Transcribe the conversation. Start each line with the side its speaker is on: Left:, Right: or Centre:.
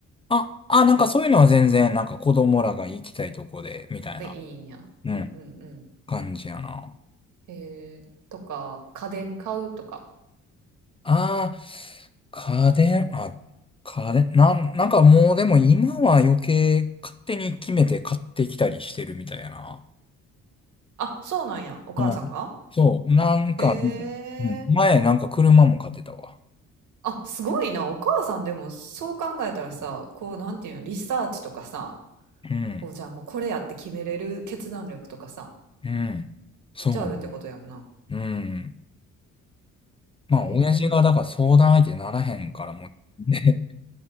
Left: あ、あ、なんかそういうのは全然、なんか子供らが行きたいとこで、みたいな、
Right: で、いいんや。うんうんうん。
Left: うん、感じやな。
Right: へえ、とか、家電買うとか。
Left: ああ、家電、あ、家電、なん、なんかもうでも今は余計勝手に決めて買ってきたりしてるみたいやな。
Right: あ、そうなんや。お母さんが
Left: うん。そう、なんか、
Right: へえ。
Left: うん、前なんか車も買ってたわ。
Right: あ、すごいな。お母さんでもそう考えたらさ、こう、なんていうの、リサーチとかさ、
Left: うん、
Right: こう、じゃあもうこれやって決めれる決断力とかさ、
Left: うん、そうね。
Right: めっちゃあるってことやんな。
Left: うん。まあ、
Right: へえ。
Left: 親父がだから相談相手ならへんからもう、<laughs>